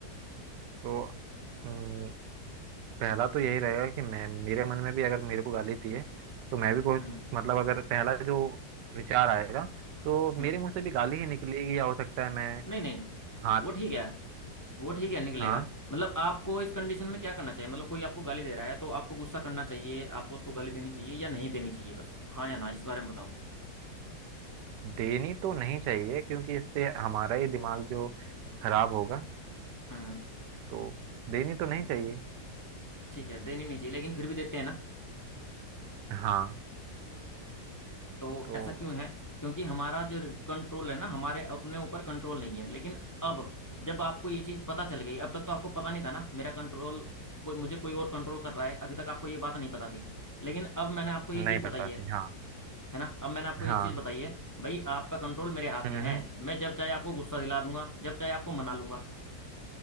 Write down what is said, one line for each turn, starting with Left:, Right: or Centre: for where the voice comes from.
Right: तो हम्म, पहला तो यही रहेगा कि मैं मेरे मन में भी अगर मेरे को गाली दी है तो मैं भी कोई
Left: हम्म
Right: मतलब अगर पहला जो विचार आएगा तो
Left: हम्म
Right: मेरे मुंह से भी गाली ही निकलेगी या हो सकता है मैं
Left: नहीं नहीं नहीं।
Right: हाथ
Left: वो ठीक है वो ठीक है निकलेगा
Right: हाँ
Left: मतलब आपको इस कंडीशन में क्या करना चाहिए मतलब कोई आपको गाली दे रहा है तो आपको गुस्सा करना चाहिए आपको उसको गाली देनी चाहिए या नहीं देनी चाहिए बस हाँ या ना इस बारे में बताओ
Right: देनी तो नहीं चाहिए क्योंकि इससे हमारा ही दिमाग जो खराब होगा
Left: हम्म
Right: तो देनी तो नहीं चाहिए
Left: ठीक है देनी नहीं चाहिए लेकिन फिर भी देते हैं ना
Right: हाँ
Left: तो
Right: तो
Left: ऐसा क्यों है क्योंकि हमारा जो कंट्रोल है ना हमारे अपने ऊपर कंट्रोल नहीं है लेकिन अब जब आपको ये चीज पता चल गई अब तक तो आपको पता नहीं था ना मेरा कंट्रोल कोई मुझे कोई और कंट्रोल कर रहा है अभी तक आपको ये बात नहीं पता थी लेकिन अब मैंने आपको ये
Right: नहीं
Left: चीज बताई
Right: पता
Left: है
Right: थी हाँ
Left: है ना अब मैंने आपको
Right: हाँ
Left: एक चीज बताई है भाई आपका कंट्रोल मेरे हाथ
Right: हम्म
Left: में है मैं जब चाहे आपको गुस्सा दिला दूंगा जब चाहे आपको मना लूंगा